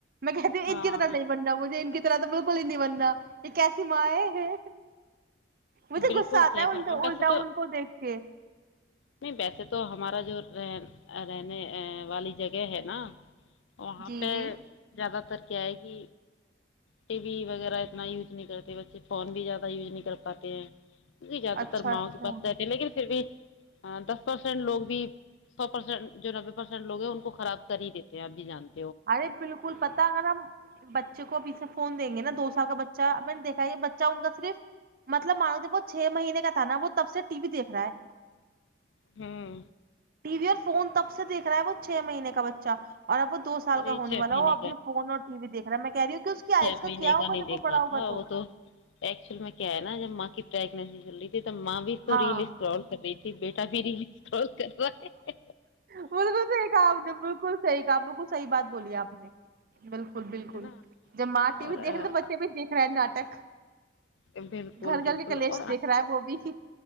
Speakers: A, on the right; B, on the left.
A: میں کہتی ان
B: ہاں
A: کی طرح نہیں بننا مجھے کی طرح تو بالکل ہی نہیں بننا ایک ایسی ماں ہے مجھے
B: بالکل
A: غصہ آتا
B: صحیح
A: ہے
B: فرما
A: الٹا
B: ویسے
A: الٹا
B: تو
A: ان کو دیکھ کے
B: نہیں ویسے تو ہمارا جو رہ رہنے والی جگہ ہے نا وہاں
A: جی
B: پہ
A: جی
B: زیادہ تر کیا ہے کہ ٹی وی وغیرہ اتنا یوز نہیں کرتے بچے فون بھی زیادہ یوز نہیں کر پات جی زیادہ
A: اچھا
B: تر ماؤں
A: اچھا
B: بات
A: ہوں
B: رہتےے لیکن پھر بھی دس پرسینٹ لوگ بھی سو پرسینٹ جو نبے پرسینٹ لوگ ہیں ان کو خراب کر ہی دیتے ہیں آپ بھی جانتے ہیں
A: ارے بالکل پتا اگر ہم بچے کو ابھی سے فون دیں گے نا دوست کا بچہ میں نے دیکھا یہ بچہ ان کا صرف مطلب مانو کہ وہ چھ مہینے کا تھا نا وہ تب سے ٹی وی دیکھ رہا ہے
B: ہاں
A: ٹی وی اور فون تب سے دیکھ رہا ہے وہ چھ مہینے کا بچہ اور اب وہ سال
B: ارے
A: کا ہونے
B: چھ
A: والا
B: مہینے
A: وہ ابھی فون اور ٹیی دیکھ رہا میں کہ رہیوں کہ اس
B: اچھا
A: کی آئز کا
B: میں
A: کیا
B: نے
A: ہوگا
B: کاا نہیں
A: جب
B: دیکھا
A: وہ بڑا ہوگا
B: تھا وہ تو ایکچوئل میں کیا ہے نا جب کی پریگننسی چل رہی ماں بھی تو
A: ہاں
B: ریل اسٹرال کر رہی تھی بیٹا بھی ریل اسرول کر رہا ہے
A: بالکل صحیح کہا آپ نے بالکل صحیح کہا صحیح بات بولی آپ نے بالکل بالکل بالکل
B: ہے نا
A: جب ماں ٹی
B: اور
A: وی دیکھ رہے تو بچے بھی دیک رہا ہے ناٹک
B: بالکل
A: گھر
B: بالکل
A: گھر کے کلیش
B: اور آج
A: دیکھ رہا
B: کل
A: ہے وہ بھی